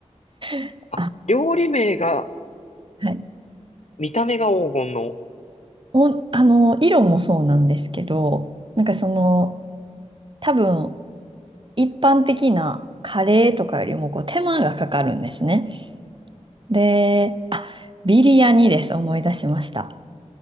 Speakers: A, on the right (about 45°); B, on the left (about 65°).
A: <laughs>
B: あ、
A: あ、
B: 料理名が、
A: はい。
B: 見た目が黄金の。
A: お、あの、色もそうなんですけど、なんかその、多分、一般的なカレーとかよりもこう手間がかかるんですね。で、あ、ビリヤニです。思い出しました。